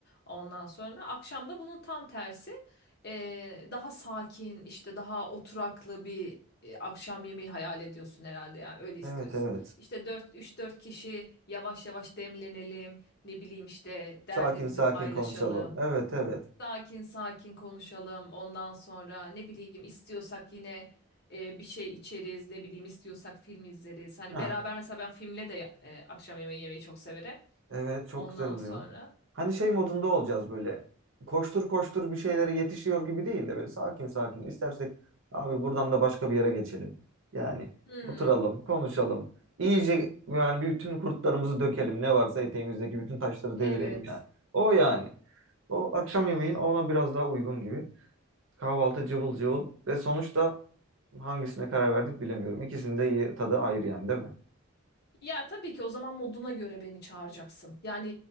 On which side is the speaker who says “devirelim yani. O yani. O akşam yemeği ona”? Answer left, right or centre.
Right